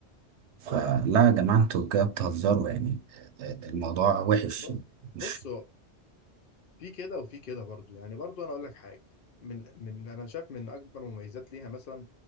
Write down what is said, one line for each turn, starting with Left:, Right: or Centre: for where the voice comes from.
Right: فلا يا جماعة انتوا كده بتهزروا يعني آه، الموضوع وحش
Left: ب- بص
Right: مش
Left: هو في كده وفي كده برضو يعني برضو انا اقول لك حاجه من من انا شايف من اكبر مميزات ليها مثلا